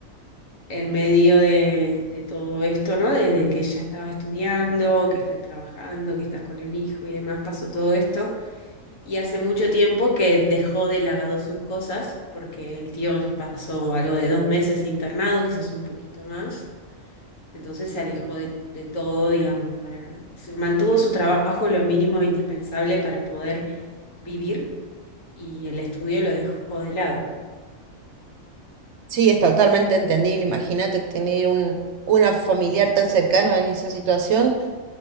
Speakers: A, on the left; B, on the right.
A: en medio de, de todo esto, ¿no? Desde que ella estaba estudiando, que está trabajando, que está con el hijo y demás, pasó todo esto. Y hace mucho tiempo que dejó de lado sus cosas, porque el tío pasó algo de dos meses internado, quizás un poquito más. Entonces se alejó de, de todo, digamos, para, se mantuvo su trabajo lo mínimo indispensable para poder vivir y el estudio lo dejó de lado.
B: Sí, es totalmente entendible. Imagínate tener un, una familiar tan cercano en esa situación.